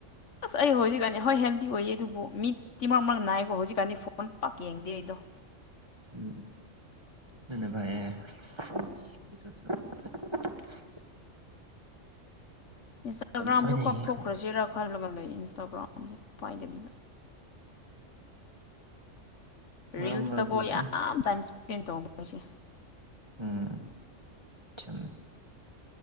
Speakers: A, on the left; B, on the right.
A: ꯑꯁ ꯑꯩ ꯍꯧꯖꯤꯛꯀꯥꯟꯅꯤ ꯍꯣꯏ ꯍꯦꯜꯗꯤ ꯑꯣꯏꯌꯦ ꯑꯗꯨꯕꯨ ꯃꯤꯗꯤꯤꯃꯛꯃꯛ ꯅꯥꯏꯀꯣ ꯍꯧꯖꯤꯛꯀꯥꯟꯗꯤ ꯐꯣꯟ ꯄꯥꯛ ꯌꯦꯡꯗꯤ ꯂꯩ ꯑꯣ
B: ꯎꯝ ꯅꯅ ꯐꯥꯏ <unintelligible>
A: ꯏꯟꯁꯇꯥꯒ꯭ꯔꯥꯝꯁꯨ
B: ꯇꯣꯏꯅ
A: ꯀꯛꯊꯣꯛꯈ꯭ꯔꯁꯤꯔꯥ
B: ꯌꯦꯡ
A: ꯈꯜꯂꯒ ꯂꯩ ꯏꯟꯁꯇꯥꯒ꯭ꯔꯥꯝꯁꯦ ꯄꯥꯏꯗꯕꯤꯗ
B: ꯃꯔꯛ
A: ꯔꯤꯜꯁꯇꯀꯣ
B: ꯃꯔꯛꯇꯤ ꯑꯗꯨꯝ
A: ꯌꯥꯝ ꯇꯥꯏꯝ ꯏꯁꯄꯦꯟ ꯇꯧꯈꯣꯏꯁꯦ
B: ꯎꯝ ꯆꯃꯦ